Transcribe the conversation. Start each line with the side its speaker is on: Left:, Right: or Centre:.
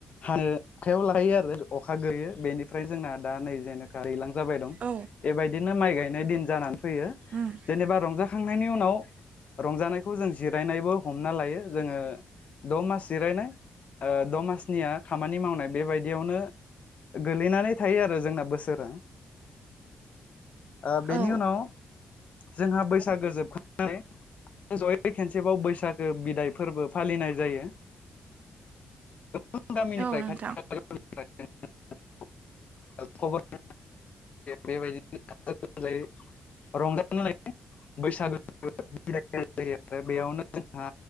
Left: हानो आखायाव लाहैयो आरो अखा गोयो बेनिफ्राय जोंना दा नै जेनेखा दैलां जाबाय दं
Right: औ
Left: एबायदिनो माइ गायनाय दिन जानानै फैयो
Right: उम
Left: जेनेबा रंजा खुंनायनि उनाव रंजानायखौ जों जिरायनायबो हमना लायो जोङो द' मास जिरायनाय ओ द' मासनिया खामानि मावनाय बेबायदियावनो गोलैनानै थायो आरो जोंना बोसोरा ओ बेनि
Right: औ
Left: उनाव जोंहा बैसागो जोबखां <unintelligible> जयै खनसेबाव बैसागो बिदाय फोरबो फालिनाय जायो गोबां गामिनिफ्राय
Right: औ नोंथां
Left: खाथि खालाफोरनिफ्राय <unintelligible> खबर <unintelligible> बेबायदिनो <unintelligible> बैसागो <unintelligible> बेयावनो जोंहा